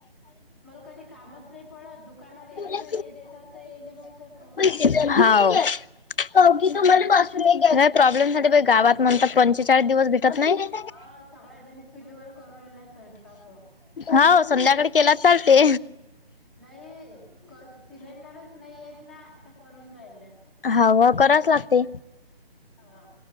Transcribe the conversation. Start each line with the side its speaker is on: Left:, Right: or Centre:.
Centre: मला कधी कामच नाही पळत दुकानात येते
Left: लय
Centre: त ते हे देतात त हेला माहित असल
Left: हाव <inaudible> नाही
Centre: हम्म.
Left: प्रॉब्लेम झाले बाई गावात म्हणतात पंचेचाळीस दिवस भे <inaudible> भेटत नाही
Centre: हा सगळ्या जणी चुलीवर करून राहिल्या स्वयंपाक
Left: हाव संध्याकाळी केला चालते
Centre: नय कर सिलेंडरच नाहीयेत ना आता करून राहिलय
Left: हाव कराच लागते
Centre: हा